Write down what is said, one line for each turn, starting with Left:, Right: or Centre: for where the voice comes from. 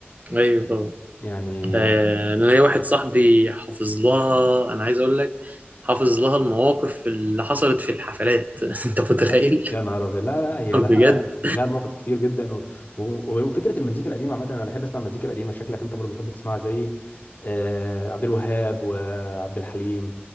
Right: أيوه طبعا
Left: يعني
Right: آه، انا ليا واحد صاحبي حافظ لها انا عايز اقول لك حافظ لها المواقف اللي حصلت في الحفلات <laughs> انت متخيل
Left: يا يا نهار ابيض لا لا
Right: <laughs>
Left: هي
Right: بجد
Left: لها لها مواقف كتير جدا و... و... وفكره المزيكا القديمه عامه انا بحب اسمع المزيكا القديمه شكلك انت برضو بتحب تسمعها زي آه عبد الوهاب وعبد الحليم